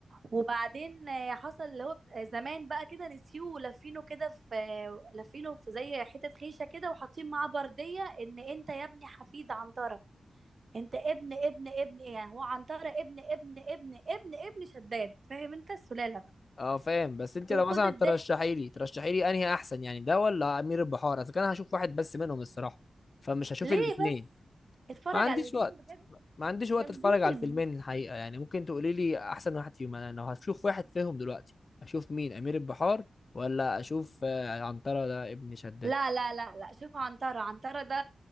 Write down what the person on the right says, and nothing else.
وبعدين آه، حصل اللي هو زمان بقى كده نسيوه ولفينه كده في لفينه في زي حتة خيشة كده وحاطين معاه بردية ان انت يا ابني حفيد عنترة انت ابن ابن ابن ايه يعني هو عنترة ابن ابن ابن ابن ابن شداد فاهم انت السلالة بقى
وخد
الضحك
ليه
بس اتفرج
على الاتنين
بجد
جامدين
لا لا لا لا شوف عنترة عنترة ده